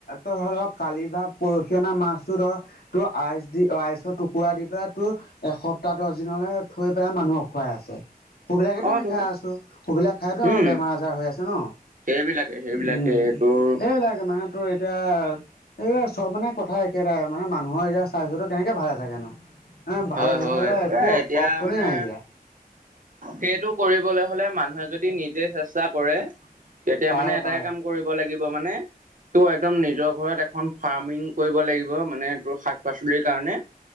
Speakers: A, on the left (about 80°); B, on the right (about 60°).
A: আ ৰ কালি বা পৰহি অনা মাছটো ধৰ তোৰ আইচ দি, আইচৰ টুকুৰা দি পেলাই তোৰ এসপ্তাহ, দহ দিনলৈ থৈ পেলাই মানুহক খুৱাই আছে। সুবিলাকেতো
B: অ
A: আমি
B: তো
A: খাই আছোঁ, সুবিলাক খাইটো আমাৰ
B: উম
A: বেমাৰ-আজাৰ হৈ আছে ন।
B: সেইবিলাকে, সেইবিলাকে
A: উম
B: তোৰ
A: সেইবিলাকে মানে তোৰ এতিয়া এইয়া চব মানে কথা একেটাই, মানে মানুহৰ এতিয়া স্বাস্থ্যটো কেনেকে ভালে থাকেনো এ ভালে
B: হয়
A: থাকিবলৈ
B: হয়
A: একো
B: এ এতিয়া
A: অপচনেই
B: মানে
A: নাইকিয়া।
B: সেইটো কৰিবলৈ হলে মানুহে যদি নিজে চেষ্টা কৰে, তেতিয়া
A: পাৰে
B: মানে এটাই
A: পাৰে
B: কাম কৰিব লাগিব। মানে তোৰ একদম নিজৰ ঘৰত এখন ফাৰ্মিং কৰিব লাগিব, মানে তোৰ শাক-পাচলিৰ কাৰণে।